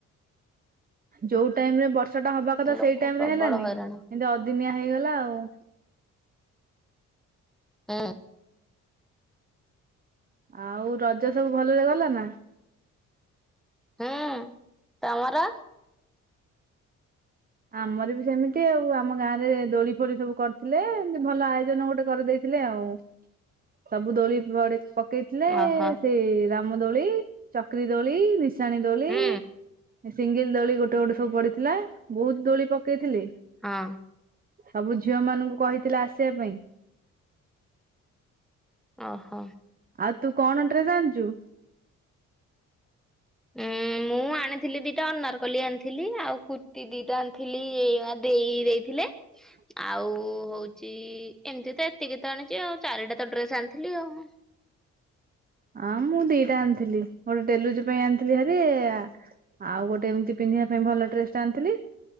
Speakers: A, on the right (about 30°); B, in the centre.
A: ଯୋଉ ଟାଇମ ରେ ବର୍ଷାଟା ହବା କଥା
B: ଲୋକ
A: ସେଇ ଟାଇମ
B: ପ୍ରବଳ
A: ରେ ହେଲାନି,
B: ହଇରାଣ
A: ଏମିତି ଅଦିନିଆ ହେଇଗଲା ଆଉ।
B: ହଁ।
A: ଆଉ ରଜ ସବୁ ଭଲରେ ଗଲା ନା?
B: ହଁ ତମର?
A: ଆମର ବି ସେମିତି ଆଉ ଆମ ଗାଁ ରେ ଦୋଳି ଫୋଳି ସବୁ କରିଥିଲେ ଏମିତି ଭଲ ଆୟୋଜନ ଗୋଟେ କରିଦେଇ ଥିଲେ ଆଉ ସବୁ ଦୋଳି ପଡେ ସକ୍ ପକେଇଥିଲେ
B: ଓହୋ
A: ସେ ରାମ ଦୋଳି ଚକ୍ରୀ ଦୋଳି ନିସା ସାଣି ଦୋଳି
B: ହୁଁ
A: ସିଙ୍ଗଲ ଦୋଳି ଗୋଟେ ଗୋଟେ ସବୁ ପଡିଥିଲା ବହୁତ ଦୋଳି ପକେଇଥିଲେ
B: ହଁ।
A: ସବୁ ଝିଅ ମାନଙ୍କୁ କହିଥିଲେ ଆସିବା ପାଇଁ
B: ଓହୋ।
A: ଆଉ ତୁ କଣ ଡ୍ରେସ୍ ଆଣିଛୁ?
B: ଉଁ ମୁଁ ଆଣିଥିଲି ଦିଟା ଅନାରକଲି ଆଣିଥିଲି। ଆଉ କୁର୍ତ୍ତୀ ଦିଟା ଆଣିଥିଲି ଏଇ ଦେଇ ଦେଇଥିଲେ
A: ହଁ
B: ଆଉ ହଉଛି ଏମିତି ତ ଏତିକି ତ ଆଣିଛି ଆଉ ଚାରିଟା ତ ଡ୍ରେସ ଆଣିଥିଲି ଆଉ।
A: ହଁ ମୁଁ ଦିଟା ଆଣିଥିଲି ଗୋଟେ ଡେଲୁଜ ପାଇଁ ଆଣିଥିଲିହାରି ଆଉ ଗୋଟେ ଏମିତି ପିନ୍ଧିବା ପାଇଁ ଭଲ ଡ୍ରେସ ଟା ଆଣିଥିଲି